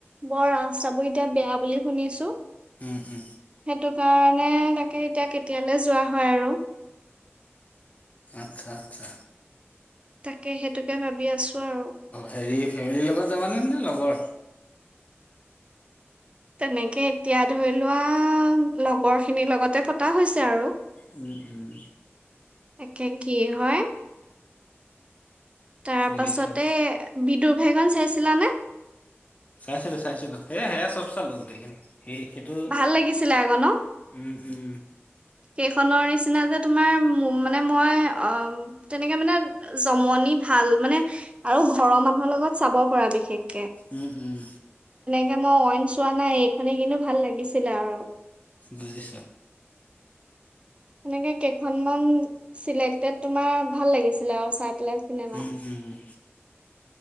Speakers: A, on the right; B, on the left.
A: বৰ চাব এতিয়া বেয়া বুলি শুনিছো
B: উম উম
A: সেইটো কাৰণে তাকে এতিয়া কেতিয়ালৈ যোৱা হয় আৰু
B: আচ্ছা আচ্ছা
A: তাকে সেইটোকে ভাবি আছো আৰু
B: হেৰি ফেমিলিৰ লগত যাবানে ন লগৰ
A: তেনেকে এতিয়া ধৰি লোৱা লগৰ খিনিৰ লগতে পতা হৈছে আৰু
B: উম, উম,
A: একে কি হয় তাৰ
B: বুজিছোঁ।
A: পাছতে বিদু ভেগন চাইছিলা নে
B: চাইছিলো চাইছিলো সে সেয়া চব চালো গোটেইখিনি সেই সেইটো
A: ভাল লাগিছিলে আকৌ ন?
B: উম উম
A: সেইখনৰ নিচিনা যে তোমাৰ মানে মই অ তেনেকে মানে জমনি ভাল মানে আৰু ঘৰৰ মানুহৰ লগত চাব পৰা বিশেষ
B: উম উম
A: কে মই অইন চোৱা নাই এইখনে কিন্তু ভাল লাগিছিলে আৰু
B: বুজিছো
A: সনেকে কেইখনমান চিলেকটেড তোমাৰ ভাল লাগিছিলে আৰু চাই পেলাই চিনেমা
B: উম উম উম